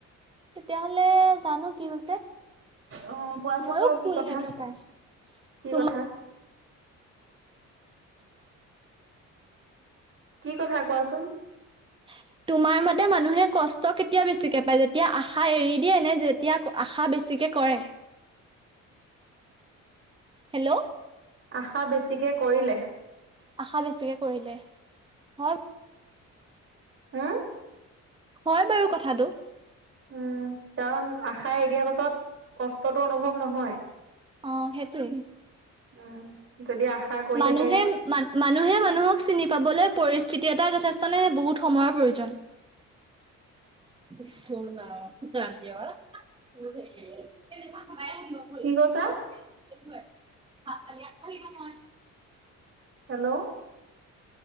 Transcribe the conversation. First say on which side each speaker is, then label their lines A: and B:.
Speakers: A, on the right; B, on the right.
A: তেতিয়াহলে জানো কি হৈছে।
B: অ কোৱাচোন
A: ময়ো
B: বাৰু
A: ফুল
B: কি কথা
A: নেটৱৰ্ক পাই আছো
B: কি
A: তোমাৰ।
B: কথা কি কথা কোৱাচোন?
A: উ। তোমাৰ মতে মানুহে কষ্ট কেতিয়া বেছিকে পায় যেতিয়া আশা এৰি দিয়ে নে যেতিয়া আশা বেছিকে কৰে। হেল্ল?
B: আশা বেছিকে কৰিলে।
A: আশা বেছিকে কৰিলে হয়।
B: হা?
A: হয় বাৰু কথাটো।
B: উম, কাৰণ আশাৰ এ, দিয়া পাছত কষ্টতটো অনুভৱ নহয়।
A: অ, সেইটো।
B: উম, যদি আশা কৰি
A: মানুহে,
B: থাকে
A: মানুহে, মানুহক চিনি পাবলৈ পৰিস্থিতি এটা যথেষ্ট নে, বহুত সময়ৰ প্ৰয়োজন। চোনা, ধনা। তেনে, প, ব,
B: কি
A: দিবপ।
B: কৈছা
A: কল খাল নাম
B: হেল্ল'?